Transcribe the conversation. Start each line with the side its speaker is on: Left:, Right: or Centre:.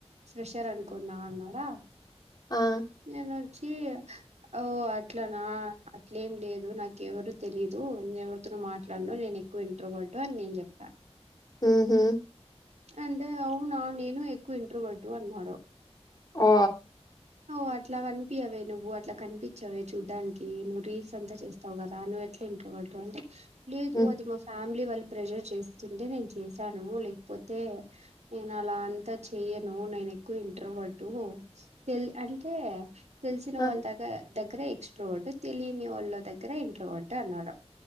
Right: ఫ్రెషర్ అనుకున్నా అన్నాడా
Left: ఆ
Right: నేను వచ్చి ఓ అట్లా నా అట్లేం లేదు నాకు ఎవరు తెలీదు నే ఎవరితోను మాట్లడను నేను ఎక్ ఇంట్రోవర్ట్ అని నేను చెప్పా
Left: ఉహు
Right: అండ్ అవునా నేను ఎక్కువ ఇంట్రోవర్టు అన్నాడు
Left: ఓ
Right: ఓ అట్లా కనిపియవే నువ్వు అట్లా కనిపించవే చూడ్డానికి నువ్వు రీల్స్ అంతా చేస్తావు కదా నువ అట్ల ఇంట్రోవర్ట్ అంటే లేదు
Left: ఉమ్
Right: అది మా ఫ్యామిలీ వాళ్ళు ప్రెజర్ చేస్తుంటే నేను చేశాను లేకపోతే నేను అలా అంతా చెయ్యను నేను ఎక్కువ ఇంట్రోవర్ట్ తెల్ అంటే తెలిసిన
Left: ఆ
Right: వాళ్ళ దగ దగ్గర ఎక్స్ట్ర వర్ట్ తెలియని వాళ్ళ దగ్గర ఇంట్రోవర్ట్ అన్నాడు